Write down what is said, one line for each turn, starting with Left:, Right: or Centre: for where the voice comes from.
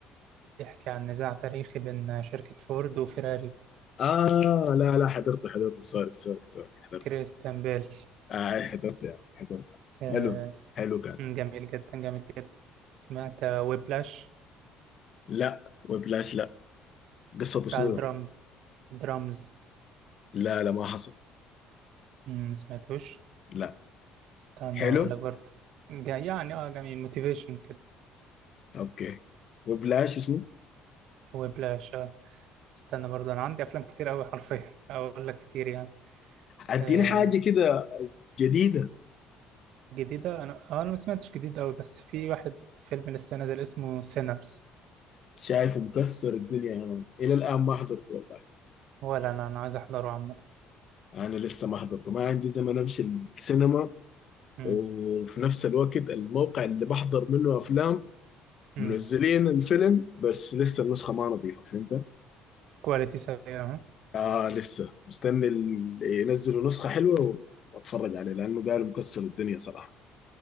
Right: بيحكي عن نزاع تاريخي بين شركة فورد وفيراري
Left: اه لا لا حضرته حضرته سوري سوري سوري حضرته
Right: كريستيان بيل
Left: آه أي حضرته يا مان، حضرته
Right: آه،
Left: حلو حلو كان
Right: جميل جدا جميل جدا سمعت ويبلاش
Left: لا وبلاش لا قصته
Right: بتاع
Left: شنو
Right: الدرامز
Left: ده؟
Right: درامز
Left: لا لا ما حصل
Right: مم، سمعتوش
Left: لا
Right: استنى
Left: حلو
Right: اقول لك برضه جا- يعني اه جميل موتيفيشن كده
Left: اوكي وبلاش اسمه
Right: ويبلاش اه استنى برضه انا عندي افلام كتير قوي حرفيا <laughs> اقول لك كتير يعني
Left: اديني
Right: آه
Left: حاجه كده جديده
Right: جديده انا آه، انا ما سمعتش جديد قوي بس في واحد فيلم لسه نازل اسمه سينرز
Left: شايفه مكسر الدنيا يا مان الى الان ما حضرته والله
Right: ولا انا انا عايز احضره عامه
Left: انا لسه ما حضرته ما عندي زمن امشي السينما
Right: امم
Left: وفي نفس الوقت الموقع اللي بحضر منه افلام منزلين
Right: امم
Left: الفيلم بس لسه النسخه ما نظيفه فهمت
Right: كواليتي سيئه
Left: آه لسه مستني ال- ينزلوا نسخه حلوه واتفرج عليه لانه قالوا مكسر الدنيا صراحه